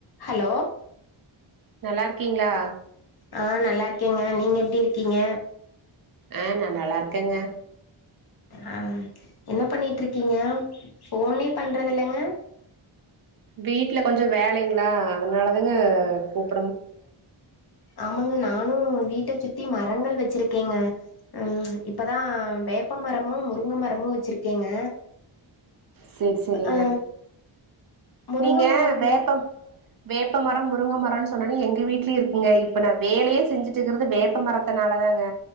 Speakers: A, on the left; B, on the right.
A: ஹலோ
B: நல்லாருக்கீங்களா
A: ஆஹ் நல்லா இருக்கேங்க நீங்க எப்டி இருக்கீங்க
B: ஆஹ் நா நல்லா இருக்கேங்க
A: ஆஹ் என்ன பண்ணிட்டு இருக்கீங்க போனே பண்றது இல்லங்க
B: வீட்டு்ல கொஞ்சம் வேலைங்களா அதனாலதங்க கூப்
A: ஆமாங்க நானு வி வீட்டசுத்தி மரங்கள் வச்சிருக்கீங்க உம் இப்பதா வேப்ப மரமு முருங்க மரமு வச்சிருக்கேங்க
B: சேரி சரிங்க
A: ஆ முருங்க
B: நீங்க
A: மரம்
B: வேப்பம் வேப்பமரம் முருங்க மரோனு சொன்னோனே எங்க வீட்லயே இருக்குங்க இப்ப நா வேலையே செஞ்சுட்டுருக்கிறது வேப்பமரத்துனால தாங்க